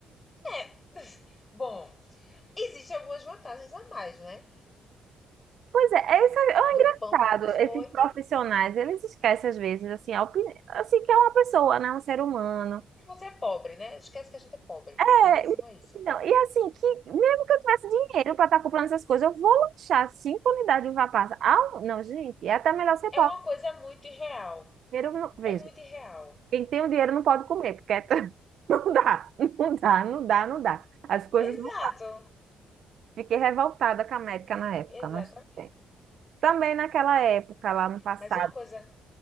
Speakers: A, on the left; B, on the right.
A: É. <laughs> Bom, Existem algumas vantagens a mais, né?
B: Pois é, é, isso é, é um engraçado.
A: Do pão pro biscoito.
B: Esses profissionais, eles esquecem às vezes, assim, a opinião, assim, que é uma pessoa, né? Um ser humano.
A: Você é pobre, né? Esquece que a gente é pobre.
B: É,
A: Em resumo, é isso.
B: não, e assim, que mesmo que eu tivesse dinheiro para estar comprando essas coisas, eu vou lanchar cinco unidades de vapaça. Ah, um- não, gente, é até melhor ser
A: É
B: pobre.
A: uma coisa muito irreal.
B: Dinheiro, não- veja,
A: É muito irreal.
B: quem tem o dinheiro não pode comer, porque é tão- <laughs> não dá, não dá, não dá, não dá. As coisas
A: Exato.
B: não. Fiquei revoltada com a médica na época,
A: Exatamente.
B: mas tudo bem. Também naquela época, lá no passado.
A: Mas uma coisa,